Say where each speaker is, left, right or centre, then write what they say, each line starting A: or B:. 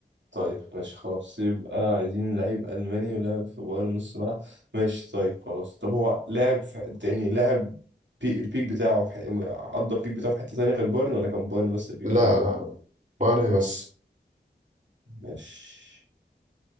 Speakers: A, on the right (about 80°); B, on the right (about 45°).
A: طيب ماشي خلاص يبقى عايزين لعيب ألماني ولعب في بايرن نص ملعب ماشي طيب خلاص طب هو لعب في يعني لعب بي... البيك بتاعه في... ح- قضى البيك بتاعه في حتة تانية غير بايرن ولا كان بايرن بس البيك
B: لا
A: بتاعه
B: لا لا بايرن بس
A: ماشي